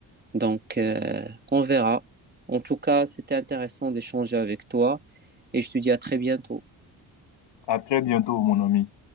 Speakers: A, on the right; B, on the left.
A: Donc, euh, on verra. En tout cas, c'était intéressant d'échanger avec toi et je te dis à très bientôt.
B: À très bientôt, mon ami.